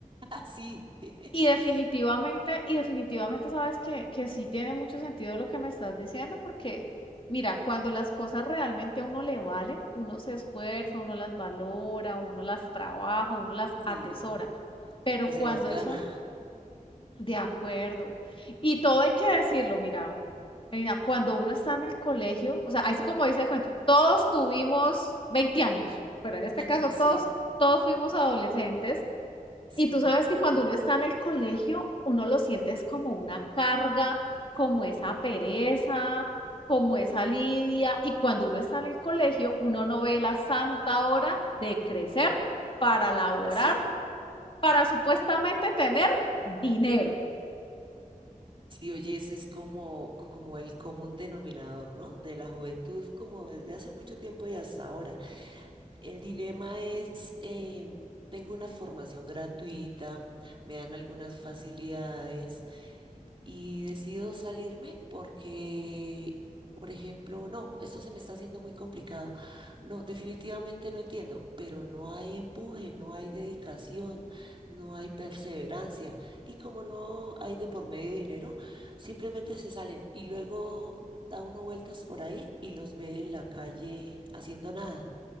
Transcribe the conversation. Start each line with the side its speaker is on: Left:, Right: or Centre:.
Right: Así. <laughs>
Left: Y definitivamente, y definitivamente sabes que, que sí tiene mucho sentido lo que me estás diciendo, porque mira, cuando las cosas realmente a uno le valen, uno se esfuerza, uno las valora, uno las trabaja, uno las
Right: Sí,
Left: atesora.
Right: como
Left: Pero
Right: que
Left: cuando
Right: se las gana.
Left: eso de acuerdo. Y todo hay que decirlo, mira, Karina, cuando uno está en el colegio, o sea, ahí sí como dice el cuento, todos tuvimos 20 años, pero en este
Right: <laughs>
Left: caso todos,
Right: Sí,
Left: todos fuimos adolescentes.
Right: sí,
Left: Y tú
Right: claro.
Left: sabes que cuando uno está en el colegio, uno lo sientes como una carga, como esa pereza, como esa lidia. Y cuando uno está en el colegio, uno no ve la santa hora de crecer para
Right: <laughs>
Left: laborar,
Right: Sí.
Left: para supuestamente tener dinero.
Right: Si oyes es como, como el común denominador, ¿no? De la juventud, como desde hace mucho tiempo y hasta ahora. El dilema es, em, tengo una formación gratuita, me dan algunas facilidades, y decido salirme porque, por ejemplo, no, esto se me está haciendo muy complicado. No, definitivamente no entiendo, pero no hay empuje, no hay dedicación, no hay perseverancia. Y como no hay de por medio dinero, simplemente se salen y luego da uno vueltas por ahí y los ve en la calle haciendo nada,